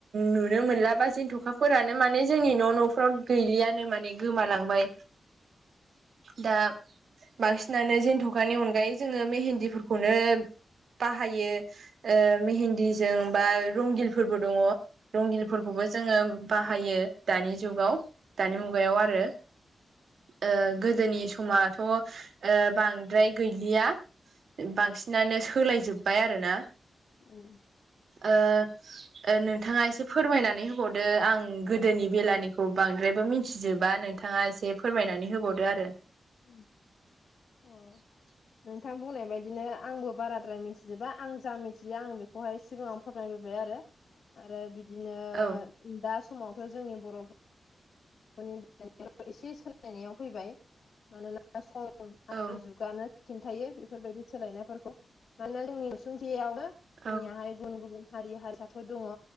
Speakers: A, on the right (about 60°); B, on the left (about 65°).
A: नुनो मोनला बा जेनथ'खाफोरानो माने जोंनि न' न' फ्राव गैलियानो माने गोमालांबाय। दा बांसिनानो जेेनथ'खानि अनगायै जोङो मेहेन्ददिफोरखौनो बाहायो। ओ मेहेन्दीजों बा रंगिलफोरबो दङ। रंगिलफोरखौबो जोङो बाहायो दानि जुगाव दानि मुगायाव आरो ओ गोदोनि समथ' ओ बांद्राय गैलिया बांसिनानो सोलाय जोब्बाय आरोना।
B: <inaudible>
A: ओ ओ नोंथाङा एसे फोरमायनानै होबावदो आं गोदोनि बेलानि खौ बांद्रायबो मिथिजोबा नोंथाङा एसे फोरमायनानै होबावदो आरो।
B: उम
A: <inaudible>
B: औ नोंथां बुंनाय बायदिनो आंबो बाराद्राय मिथिजोबा आं जा मिथियो आं बेखौहाय सिगाङाव फोरमायबोबाय आरो आरो बिदिनो
A: औ
B: दा समावथ' जोंनि बर' <unintelligible> एसे सोलायनायाव फैबाय मानोना सम आरो
A: औ
B: जुगानो खिन्थायो बेफोरबायदि सोलायनायफोरखौ मानोना जोंनि उसुंसेयावनो
A: औ
B: जोंनियाहाय गुबुन गुबुन हारि हारसाफीर दंङ